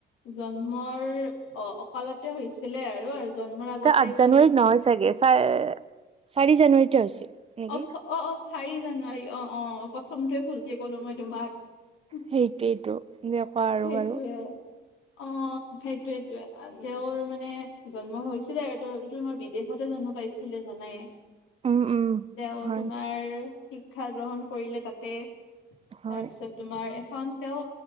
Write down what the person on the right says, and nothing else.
এ আঠ
জানুৱাৰীত
নহয় চাগে, চ-চাৰি জানুৱাৰীতে হৈছিল। নেকি
সেইটোৱেইটো এনেকুৱা আৰু
বাৰু।
উম উম
হয়
হয়